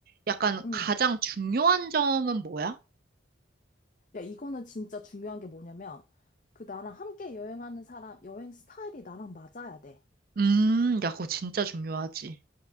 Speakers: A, on the right; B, on the left.
A: 약간
B: 응.
A: 가장 중요한 점은 뭐야?
B: 야, 이거는 진짜 중요한 게 뭐냐면, 그 나랑 함께 여행하는 사람, 여행 스타일이 나랑 맞아야 돼.
A: 음, 야, 그거 진짜 중요하지.